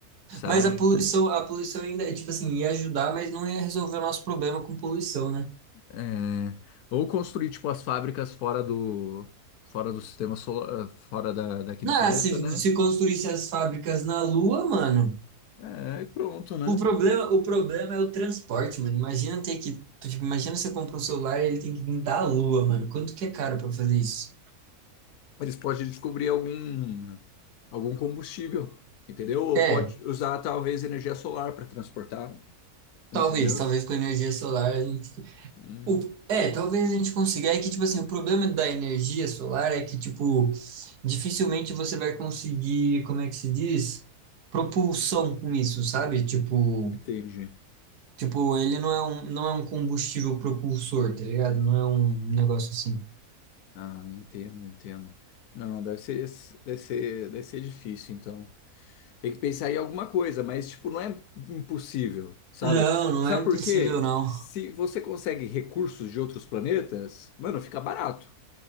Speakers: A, on the left; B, on the right.
A: sabe?
B: Mas a poluição, a poluição ainda, é, tipo assim, ia ajudar, mas não ia resolver o nosso problema com poluição, né?
A: É, ou construir tipo as fábricas fora do fora do sistema solar, eh, fora da, daqui
B: Não,
A: do planeta,
B: se,
A: né?
B: se construísse as fábricas na Lua, mano,
A: É, e pronto, né?
B: O problema, o problema é o transporte, mano. Imagina ter que. Tipo, imagina você compra um celular e ele tem que vir da lua, mano. Quanto que é caro pra fazer isso?
A: Eles podem descobrir algum algum combustível, entendeu? Ou
B: É,
A: pode usar talvez energia solar para transportar, entendeu?
B: talvez, talvez com energia solar a gente.
A: Hum,
B: O, é, talvez a gente consiga. É que, tipo assim, o problema da energia solar é que, tipo, dificilmente você vai conseguir, como é que se diz? Propulsão com isso, sabe? Tipo,
A: entendi.
B: tipo, ele não é um, não é um combustível propulsor, tá ligado? Não é um negócio assim.
A: Ah, entendo, entendo. Não, deve ser deve ser deve ser difícil então. Tem que pensar em alguma coisa, mas tipo, não é impossível, sabe?
B: Não, não
A: Sabe
B: é impossível,
A: por quê?
B: não.
A: Se você consegue recursos de outros planetas, mano, fica barato,